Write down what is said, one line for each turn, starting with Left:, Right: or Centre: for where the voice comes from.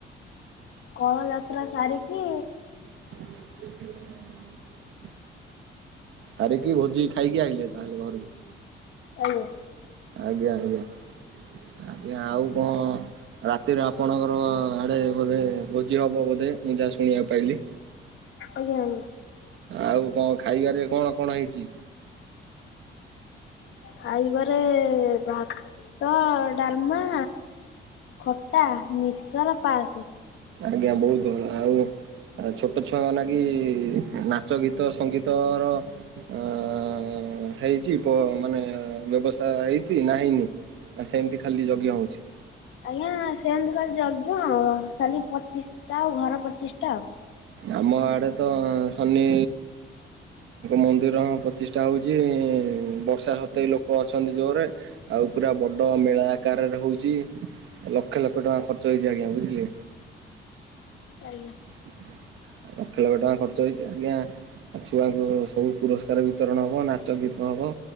Left: କଳଯାତ୍ରା ସାରିକି
Right: <inaudible> ସାରିକି ଭୋଜି ଖାଇକି ଆଇଲେ ତାହେଲେ ଘରକୁ।
Left: ଆଜ୍ଞା।
Right: ଆଜ୍ଞା ଆଜ୍ଞା ଆଜ୍ଞା ଆଉ କ ରାତିରେ ଆପଣଙ୍କର ଆଡେ ବୋଧେ ଭୋଜି ହବ ବୋଧେ ମୁଁ ଜା ଶୁଣିବାକୁ ପାଇଲି।
Left: ଆଜ୍ଞା ଆଜ୍ଞା।
Right: ଆଉ କଣ ଖାଇବାରେ କଣ କଣ ହେଇଚି।
Left: ଖାଇବାରେ ଭାତ ଡାଲମା ଖଟା ମିକ୍ସଚର ପାସେ।
Right: ଆଜ୍ଞା ବୋହୁତ ଭଲ ଆଉ। ଛୋଟ ଛୁଆ ନାକି ନାଚ ଗୀତ ସଙ୍ଗୀତ ର ଅ ହେଇଚି ପ ମାନେ ବ୍ୟବସାୟ ହେଇଚି ନା ହେଇନି। ନା ସେମିତି ଖାଲି ଯଜ୍ଞ ହଉଛି।
Left: ଆଜ୍ଞା ସେମ୍ ନ୍ତି ଖାଲି ଯଜ୍ଞ କାଲି ପଚିଶଟା ଆଉ ଘର ପଚିଶ ଟା ଆଉ।
Right: ଆମ ଆଡେ ତ ସନି ମନ୍ଦିର ପ୍ରତିଷ୍ଠା ହଉଚି ବର୍ଷା ସତେବି ଲୋକ ଅଛନ୍ତି ଜୋରେ। ଆଉ ପୁରା ବଡ ମେଳା ଆକାରରେ ହୋଉଚି ଲକ୍ଷେ ଲକ୍ଷେ ଟଙ୍କା ଖର୍ଚ୍ଚ ହେଇଚି ଆଜ୍ଞା ବୁଝିଲେ।
Left: ଆଜ୍ଞା।
Right: ଲକ୍ଷ ଲକ୍ଷ ଟଙ୍କା ଖର୍ଚ୍ଚ ହେଇଛି ଆଜ୍ଞା। ଆଉ ଛୁଆଙ୍କୁ ସବୁ ପୁରସ୍କାର ବିତରଣ ହବ, ନାଚ ଗୀତ ହବ।